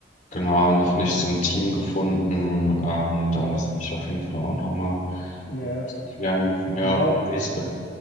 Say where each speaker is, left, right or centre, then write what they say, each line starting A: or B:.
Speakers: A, on the left (about 45°); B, on the left (about 70°).
A: genau noch nicht so ein Team gefunden. Ähm, da
B: ja.
A: muss ich mich auf jeden Fall auch nochmal
B: Ja,
A: erklären, ja,
B: Ja,
A: wie es bei.